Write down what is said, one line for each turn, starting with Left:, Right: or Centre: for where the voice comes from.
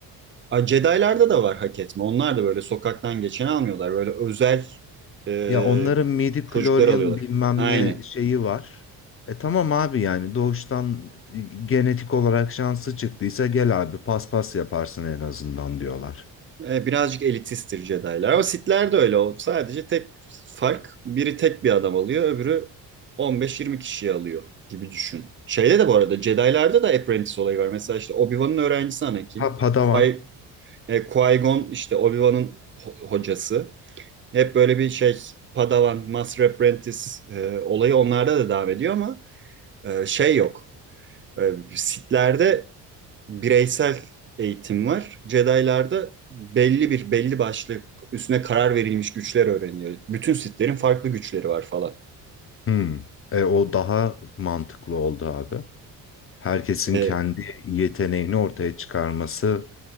Right: Ay, Jedi'larda da var hak etme. Onlar da böyle sokaktan geçen almıyorlar. Böyle özel e,
Left: Ya onların midi-chlorian
Right: çocuklar alıyorlar.
Left: bilmem
Right: Aynen.
Left: ne şeyi var. E tamam abi yani doğuştan e, genetik olarak şansı çıktıysa gel abi paspas yaparsın en azından diyorlar.
Right: E, birazcık elitisttir Jedi'lar. Ama Sith'ler de öyle. O sadece tek fark biri tek bir adam alıyor. Öbürü 15-20 kişiyi alıyor gibi düşün. Şeyde de bu arada Jedi'larda da Apprentice olayı var. Mesela işte Obi-Wan'ın öğrencisi Anakin.
Left: Ha Padawan.
Right: Qui, e, Qui-Gon işte Obi-Wan'ın ho- hocası. Hep böyle bir şey Padawan, Master Apprentice e, olayı onlarda da devam ediyor ama e, şey yok. E, Sith'lerde bireysel eğitim var. Jedi'larda belli bir belli başlı üstüne karar verilmiş güçler öğreniliyor. Bütün Sith'lerin farklı güçleri var falan.
Left: Hmm. E, o daha mantıklı oldu abi. Herkesin
Right: E,
Left: kendi yeteneğini ortaya çıkarması